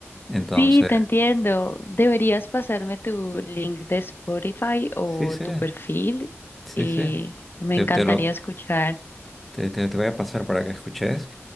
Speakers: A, in the centre; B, on the left.
A: Entonces,
B: Sí, te entiendo. Deberías pasarme tu link de Spotify o
A: sí, sí,
B: tu perfil
A: sí,
B: y
A: sí.
B: me
A: te
B: encantaría
A: te lo,
B: escuchar.
A: Te, te- te voy a pasar para que escuches.